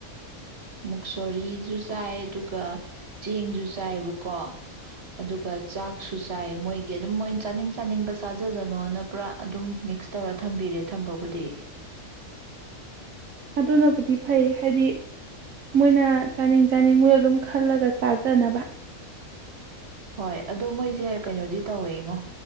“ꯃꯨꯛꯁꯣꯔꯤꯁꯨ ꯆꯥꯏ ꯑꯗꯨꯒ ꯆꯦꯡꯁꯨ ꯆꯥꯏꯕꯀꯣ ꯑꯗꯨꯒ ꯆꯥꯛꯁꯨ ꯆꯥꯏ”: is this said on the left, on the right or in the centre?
Right